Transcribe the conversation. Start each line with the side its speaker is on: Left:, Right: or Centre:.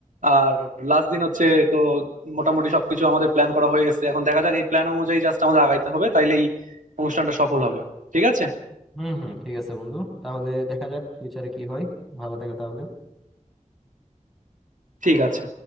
Right: আর লাস্ট দিন হচ্ছে তো মোটামুটি সবকিছু আমাদের প্ল্যান করা হয়ে গেছে এখন দেখা যাক এই প্ল্যান অনুযায়ী জাস্ট আমাদের আগাইতে হবে তাইলেই অনুষ্ঠানটা সফল হবে ঠিক আছে
Centre: হুম হুম ঠিক আছে বন্ধু তাহলে দেখা যাক ফিউচারে কি হয় ভালো থেকো তাহলে
Right: ঠিক আছে